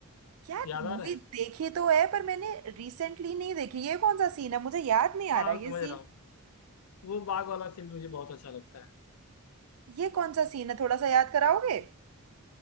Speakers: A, on the right (about 75°); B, on the left (about 75°).
A: यार
B: याद आ
A: मूवी
B: रहा है
A: देखी तो है पर मैंने रिसेंटली नहीं देखी ये कौन सा सीन है मुझे याद नहीं आ
B: हाँ
A: रहा
B: हाँ
A: ये
B: समझ
A: सीन
B: रहा हूँ वो बाग वाला सीन मुझे बहुत अच्छा लगता है
A: ये कौन सा सीन है थोड़ा सा याद कराओगे